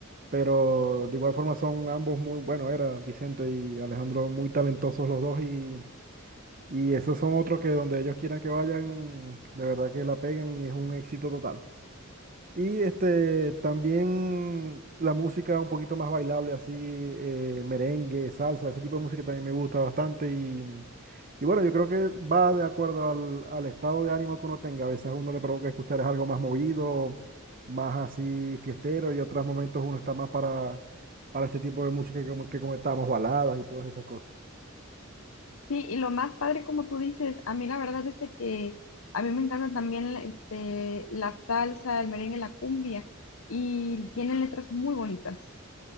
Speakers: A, on the right; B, on the left.
A: Pero de igual forma son ambos muy, bueno, era Vicente y Alejandro muy talentosos los dos y, y esos son otros que donde ellos quieran que vayan, de verdad que la peguen y es un éxito total. Y este, también la música un poquito más bailable, así, eh, merengue, salsa, ese tipo de música también me gusta bastante. Y, y bueno, yo creo que va de acuerdo al, al estado de ánimo que uno tenga. A veces a uno le provoca escuchar es algo más movido, más así fiestero, y otros momentos uno está más para, para este tipo de música que, como- que comentamos, baladas y todas esas cosas.
B: Sí, y lo más padre, como tú dices, a mí la verdad es de que a mí me encanta también la- este, la salsa, el merengue, la cumbia, y tienen letras muy bonitas.